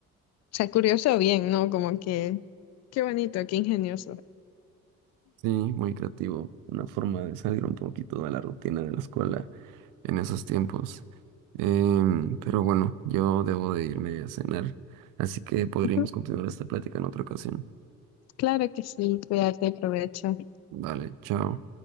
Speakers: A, on the left; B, on the right.
A: sea, curioso bien, ¿no? Como que, qué bonito, qué ingenioso.
B: Sí, muy creativo, una forma de salir un poquito de la rutina de la escuela en esos tiempos. Em, pero bueno, yo debo de irme a cenar, así que podríamos
A: Ujú,
B: continuar esta plática en otra ocasión.
A: Claro que sí, cuídate, provecho.
B: Vale, chao.